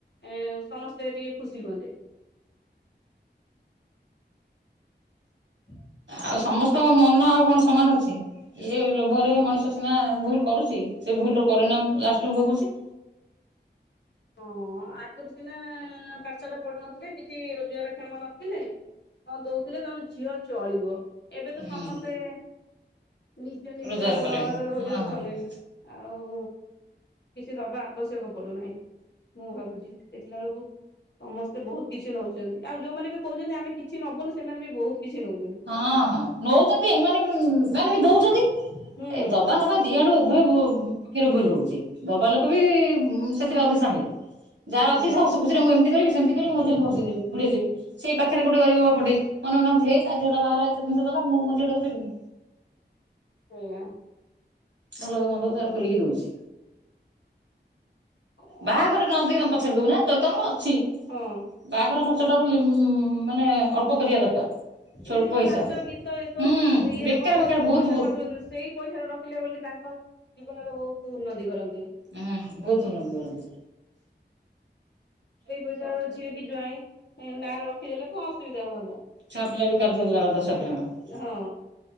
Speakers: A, on the left (about 70°); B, on the right (about 80°).
A: ଏଁ, ସମସ୍ତେ ଟିକେ ଖୁସି ହୁଅନ୍ତେ। <inaudible>
B: ଆଉ ସମସ୍ତଙ୍କ ମନ ଆଉ କଣ ସମାନ ଅଛି? ଇଏ ଲୋଭରେ ମଣିଷ ସିନା ଭୁଲ କରୁଛି, ସେ ଭୁଲ ର ପରିଣାମ ଲାଷ୍ଟକୁୁ ଭୋଗୁଛି।
A: ହଁ, ଆଗରୁ ସିନା ପାଠ-ସାଠ ପଢୁନଥିଲେ, କିଛି ରୋଜଗାର କ୍ଷମ ନଥିଲେ। ହଁ, ଦଉଥିଲେ ତମ ଝିଅ ଚଳିବ, ଏବେ ତ
B: ହୁଁ
A: ସମସ୍ତେ ନିଜ ନିଜ-ଅ-ଅ
B: ରୋଜଗାର କଲେଣି
A: ର ରୋଜଗାର
B: ହଁ ହଁ
A: କଲେଣି। ଆଉ କିଛି ଦବା ଆବଶ୍ୟକ ପଡୁନାହିଁ। ମୁଁ ଭାବୁଛି, ଦେଖିଲା ବେଳକୁ ସମସ୍ତେ ବହୁତ କିଛି ନଉ ଛନ୍ତି, ଆଉ ଯୋଉମାନେ ବି କହୁଛନ୍ତି, ଆମେ କିଛି ନବୁନୁ, ସେମାନେ ବି ବହୁତ କିଛି ନଉଛନ୍ତି।
B: ହଁ, ହଁ, ନଉଛନ୍ତି। ଏମାନେ ବି ଏମାନେ ବି ଦଉଛନ୍ତି,
A: ହୁଁ
B: ଏ ଦବା ନବା ହଁ, ଦିଆଡୁ ଉଭୟ ଭୁ ପକ୍ଷରେ ଭୁଲ ରହୁଛି। ଦବା ଲୋକ ବି ସେଥିରେ ଅଧେ ସାମିଲ। ଯା
A: ହଁ
B: ଅଛି ଶାଶୁକୁ ମୁଁ ଏମତି କରିବି, ସେମତି କରିବି। ମୋ ଝିଅ କୁ ଭସେଇ ଦେବି, ବୁଡେଇ ଦେବି। ସେ ପାଖରେ ଗୋଟେ ଗରିବ ବାପଟେ ମନେ ମନେ ଭାବୁଥିବ ହେ ତା ଝୁଅଟା ବାହା ହେଲା ଏତେ ଜିନିଷ ଦେଲା। ମୁଁ ମୋ ଝିଅ ଟା କୁ ଦେବିନି।
A: ସେଇୟା।
B: ଭଲ ହଉ, ମନ୍ଦ ହଉ, ତାର ପୁରେଇକି ଦଉଛି।
A: କଣ
B: ବାହାଘରେ
A: କରିବା
B: ନ ଦେଇ ତମେ ପଛରେ ଦଉନା ଯିଦି ତମର ଅଛି।
A: ହଁ
B: ବାହାଘର ଖର୍ଚ୍ଚଟାକୁ ମାନେ ଅଳ୍ପ କରିବା ଦରକାର। ସ୍ୱଳ୍ପ
A: ଏମିତି ଯୋଉ
B: ହିସାବରେ
A: ନାଚ ଗୀତ ଏସବୁ
B: ହୁଁ
A: ବି-ସେଇ ଇଏରେ
B: ବେକାର
A: କରି ଦଉଛନ୍ତି।
B: ବେକାର ବହୁତ
A: ପଇସା
B: ବହୁତ
A: ଖର୍ଚ୍ଚ କରୁଚନ୍ତି ସେଇ ପଇସାର ରଖିଲେ ବୋଲି ତାଙ୍କ ଜୀବନରେ ବହୁତ ଉନ୍ନତି କରନ୍ତେ।
B: ଆଁ ବହୁତ ଉନ୍ନତି କରନ୍ତେ।
A: ସେଇ ପଇସା ଝିଅ କି ଜ୍ୱାଇଁ ନାଁରେ ରଖିଦେଲେ କଣ ଅସୁବିଧା ହୁଅନ୍ତା?
B: ଛୁଆ ପିଲାର ବି କାର୍ଯ୍ୟରେ ଲାଗନ୍ତା, ଛୁଆ ପିଲାଙ୍କର।
A: ହଁ।